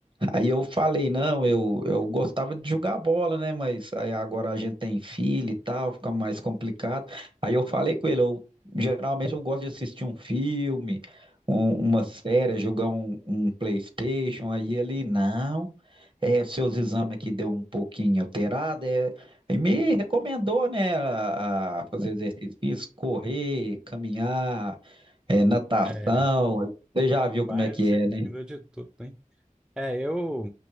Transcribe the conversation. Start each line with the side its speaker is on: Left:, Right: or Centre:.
Right: Aí eu falei, não, eu, eu gostava de jogar bola, né? Mas aí agora a gente tem filho e tal, fica mais complicado. Aí eu falei com ele, eu geralmente eu gosto de assistir um filme, um, uma série, jogar um, um PlayStation. Aí ele, não, é, seus exames aqui deu um pouquinho alterado. É, e me recomendou, né, a, a fazer exercício físico, correr, caminhar, é, natação.
Centre: É.
Right: Você já
Centre: Rapaz,
Right: viu como é que
Centre: você
Right: é,
Centre: combinou
Right: né?
Centre: de tudo, hein? É, eu